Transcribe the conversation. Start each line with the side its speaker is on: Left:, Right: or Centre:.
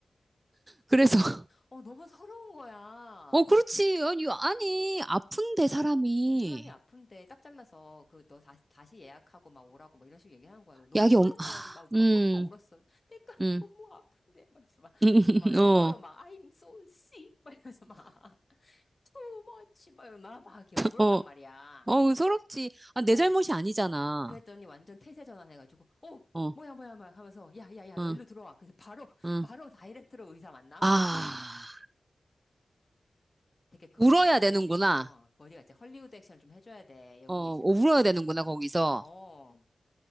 Right: 그래서 <laughs>
Left: 어, 너무 서러운 거야.
Right: 어, 그렇지. 아니, 아니 아픈데 사람이
Left: 어, 사람이 아픈데 딱 잘라서 그 너 다시, 다시 예약하고 막 오라고 막 이런 식으로 얘기하는 거야. 너 너무
Right: 약이
Left: 서러워가지고
Right: 없. 아,
Left: 막, 오빠
Right: 음,
Left: 펑펑 울었어. 내가 <laughs>
Right: 음.
Left: 너무 아픈데 막 이러면서 막,
Right: <laughs>
Left: 막 영어로
Right: 어,
Left: 막 I'm so sick 막 이러면서 막 <laughs> too much 막 이러면서 막, 막 이렇게 울었단
Right: 어,
Left: 말이야.
Right: 어, 서럽지. 아, 내
Left: 어
Right: 잘못이 아니잖아.
Left: 그랬더니 완전 태세 전환해가지고 어
Right: 어,
Left: 뭐야 뭐야 막 하면서 야야야
Right: 어,
Left: 너 일로 들어와. 그래서 바로 <laughs>
Right: 어.
Left: 바로 다이렉트로 의사 만남.
Right: 아,
Left: 되게 거지
Right: 울어야
Left: 같지,
Right: 되는구나.
Left: 그치? 어 거지 같지. 헐리우드 액션 좀 해줘야 돼 영국이지만.
Right: 어, 어, 울어야 되는구나, 거기서.
Left: 어.